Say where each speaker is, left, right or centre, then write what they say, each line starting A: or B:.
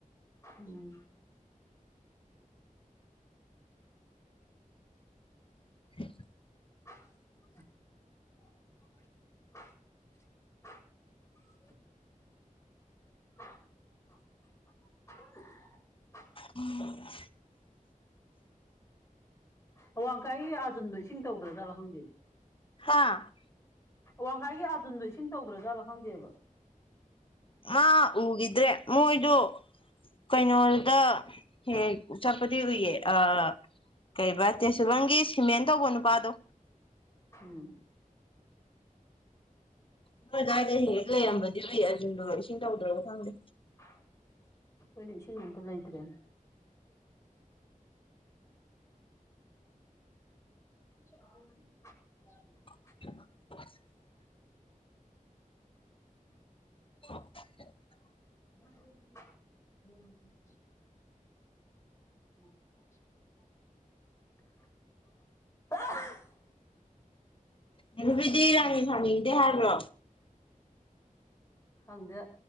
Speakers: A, on the left; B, on the left.
A: ꯎꯝ
B: <inaudible>
A: <inaudible> <unintelligible> <unintelligible>
B: ꯎꯝ
A: ꯑꯋꯥꯡ ꯀꯥꯏ ꯑꯔꯖꯨꯟꯗꯣ ꯏꯁꯤꯡ ꯇꯧꯗ꯭ꯔꯗ꯭ꯔ ꯍꯪꯗꯦꯅꯦ꯫
B: ꯍꯥ
A: ꯋꯥꯡꯈꯥꯏꯒꯤ ꯑꯔꯖꯨꯟꯗꯣ ꯏꯁꯤꯡ ꯇꯧꯗ꯭ꯔꯥꯖꯥꯠꯥ ꯈꯪꯗꯦꯕ꯫
B: ꯃꯥ ꯎꯈꯤꯗ꯭ꯔꯦ ꯃꯣꯏꯗꯣ ꯀꯩꯅꯣꯗ ꯍꯦꯛ ꯆꯠꯄꯗꯤ ꯎꯏꯌꯦ꯫ ꯑ ꯀꯩꯔꯤꯕ ꯇꯦꯁꯨꯕꯝꯒꯤ ꯁꯤꯃꯦꯟ ꯇꯧꯕ ꯅꯨꯄꯥꯗꯣ
A: ꯎꯝ
B: ꯅꯣꯏ ꯑꯗꯨꯗꯥꯏꯗ ꯍꯦꯛ ꯍꯦꯛ ꯂꯩꯔꯃꯗꯤ ꯎꯏ ꯑꯗꯨꯗ ꯏꯁꯤꯡ ꯇꯧꯗ꯭ꯔꯕ ꯈꯪꯗꯦ꯫
A: ꯑꯩꯈꯣꯏꯗꯤ ꯏꯁꯤꯡ ꯑꯇ ꯂꯩꯇ꯭ꯔꯦ꯫ <inaudible>
B: <inaudible> <inaudible>
A: <inaudible> ꯎꯝ <inaudible> <unintelligible>
B: ꯅꯈꯕꯤꯗꯤ ꯏ ꯔꯥꯅꯤ ꯐꯥꯅꯤꯡꯗꯦ ꯍꯥꯏꯕ꯭ꯔꯣ?
A: ꯍꯪꯗꯦ